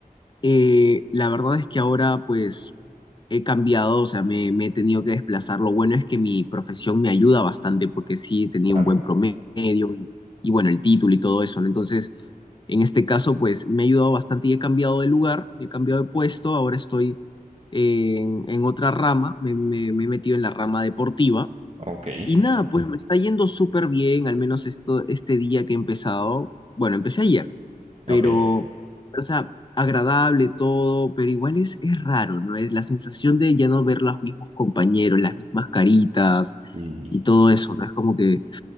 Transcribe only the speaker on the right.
claro,
ok,
ok,
sí,